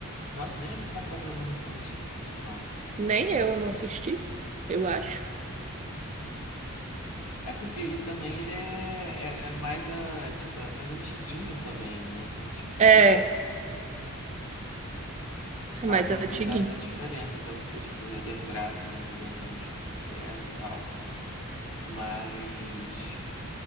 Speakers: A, on the left; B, on the right.
A: Nossa, nem lembro qual que é o Premonição cinco por sinal.
B: Nem eu, eu não assisti, eu acho.
A: É porque e também ele é, é, é mais a, tipo, é mais antiguinho também, né? Então, tipo,
B: É,
A: acaba
B: é mais antiguinho.
A: que dá essa diferença até você, tipo, lembrar assim, mais ou menos como que era e tal. Mas